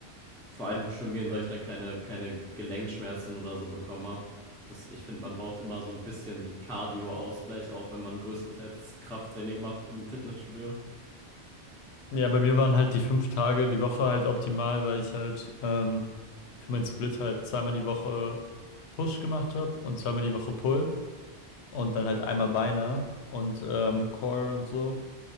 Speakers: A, in the centre; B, on the left (about 85°).
A: Vor allem schwimmen gehen, weil ich dann keine, keine Gelenkschmerzen oder so bekommen habe. Das, ich finde, man braucht immer so ein bisschen Cardio-Ausgleich, auch wenn man größtenteils Krafttraining macht im Fitnessstudio.
B: Ja, bei mir waren halt die fünf Tage die Woche halt optimal, weil ich halt ähm, für meinen Split halt zweimal die Woche Push gemacht habe und zweimal die Woche Pull und dann halt einmal Beine und ähm, Core und so.